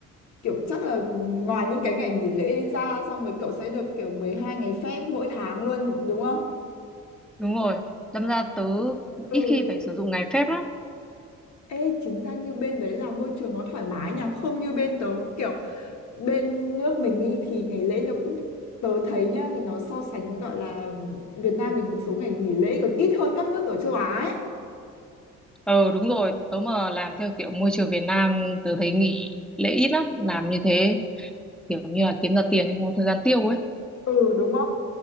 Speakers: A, on the left; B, in the centre.
A: kiểu chắc là ngoài những cái ngày nghỉ lễ ra xong rồi cậu sẽ được kiểu 12 ngày phép mỗi tháng luôn đúng không?
B: Đúng rồi. Đâm ra tớ
A: Ừ.
B: ít khi phải sử dụng ngày phép lắm.
A: Ê, chính ra như bên đấy là môi trường nó thoải mái nhỉ, không như bên tớ kiểu bên nước mình ý thì ngày lễ nó cũng tớ thấy nhá thì nó so sánh gọi là Việt Nam mình số ngày nghỉ lễ còn ít hơn các nước ở châu Á ấy.
B: Ờ đúng rồi, tớ mà làm theo kiểu môi trường Việt Nam tớ thấy nghỉ lễ ít lắm, làm như thế kiểu như là kiếm ra tiền nhưng không có thời gian tiêu ấy.
A: Ừ đúng không?